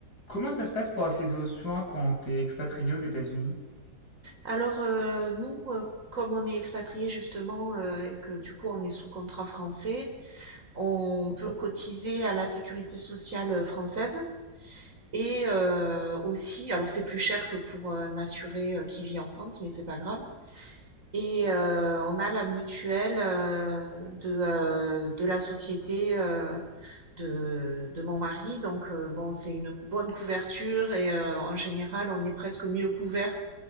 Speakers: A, on the left; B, on the right.
A: Comment ça se passe pour accéder aux soins quand t'es expatrié aux États-Unis?
B: Alors, euh, nous, euh, comme on est expatrié justement euh, et que du coup on est sous contrat français, on peut cotiser à la sécurité sociale euh, française et euh, aussi, alors c'est plus cher que pour euh, un assuré euh, qui vit en France, mais c'est pas grave. Et euh, on a la mutuelle euh, de, euh, de la société euh, de, de mon mari. Donc, euh, bon, c'est une bonne couverture et euh, en général, on est presque mieux couvert